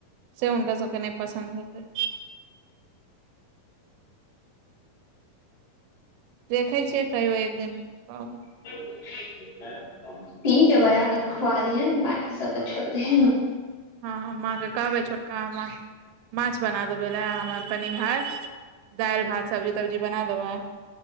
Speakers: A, on the right; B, on the left.
A: से हुनका सबके नहि पसन्द होयतय। देखै छियै कहियो एक दिन <unintelligible>
B: पी के
A: ह
B: बजा क खुआ दिहेन बाकी सबके छोइर दही।
A: हँ हम माँ के कहबै छोटका ममा के माछ बना देबै लए हम अपन इम्हर दाइल, भात, सब्जी तब्जी बना देबैय।